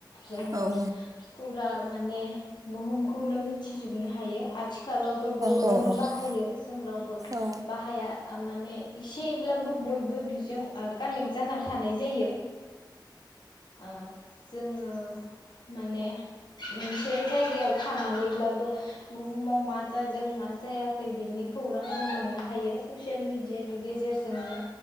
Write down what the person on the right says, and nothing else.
मोजां औ
नोंथां
औ